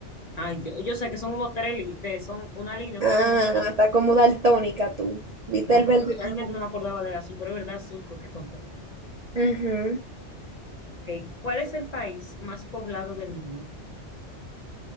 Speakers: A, on the left; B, on the right.
A: Ay, yo, yo sé que son como tres líneas, son una línea,
B: Ah,
A: otra línea, otra línea.
B: está como daltónica tú. ¿Viste
A: No,
B: el
A: pero
B: verde
A: realmente
B: como?
A: no me acordaba del azul, pero es verdad, azul, co- qué tonta.
B: Ujú,
A: Ok, ¿Cuál es el país más poblado del mundo?